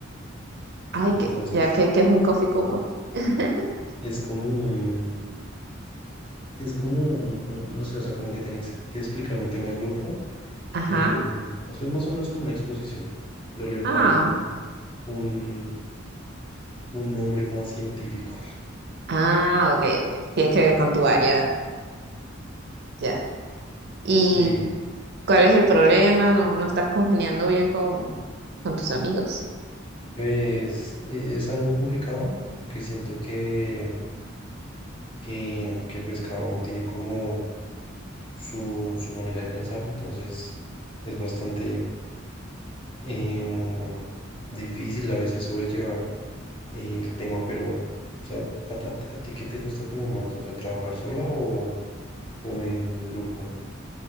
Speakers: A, on the right; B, on the left.
A: ay,
B: entonces
A: que ya que, que es un coffee cowork. <laughs>
B: es como un, es como, no, no, no sé, o sea, como que tienes que explicar un tema en grupo
A: Ajá.
B: y, o sea, es más o menos como una exposición, pero le ponen
A: Ah,
B: un un, un nombre más científico.
A: ah, ok, ok. Tiene que ver con tu área, ya. ¿Y
B: Sí,
A: cuál es el problema? No, no estás congeniando bien con, con tus amigos.
B: pues eh, es algo complicado porque siento que, que, que, pues cada uno tiene como su, su manera de pensar, entonces es bastante em, difícil a veces sobrellevar eh, el tema, pero o sea, ¿a, a- a ti qué te gusta como más? O sea, ¿trabajar sola o, o en grupo?